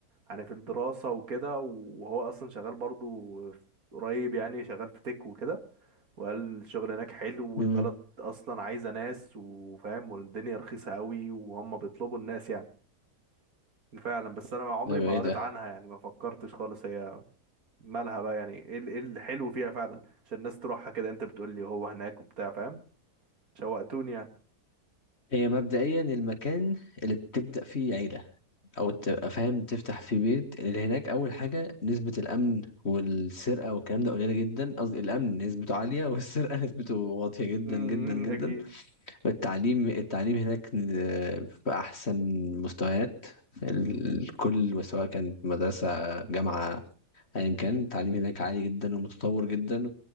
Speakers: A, on the right (about 65°); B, on the left (about 45°).
A: يعني في الدراسة وكده وهو اصلا شغال برضو في- قريب يعني شغال في تك وكده وقال الشغل هناك حلو والبلد
B: امم
A: اصلا عايزة ناس وفاهم والدنيا رخيصة قوي وهم بيطلبوا الناس يعني فعلا بس انا عمري
B: ده بقى
A: ما
B: ايه
A: قريت
B: ده
A: عنها يعني ما فكرتش خالص هي مالها بقى يعني ايه ال- إيه الحلو فيها فعلا عشان الناس تروحها كده انت بتقول لي هو هناك وبتاع فاهم شوقتوني يعني
B: هي مبدئيا المكان اللي بتبدا فيه عيله او تبقى فاهم تفتح في بيت اللي هناك اول حاجه نسبه الامن والسرقه والكلام ده قليله جدا قصدي الامن نسبته عاليه والسرقه <laughs> نسبته واطيه جدا
A: امم
B: جدا جدا
A: اكيد
B: والتعليم التعليم هناك آه، في احسن مستويات الكل سواء كانت مدرسه جامعه ايا كان التعليم هناك عالي جدا ومتطور جدا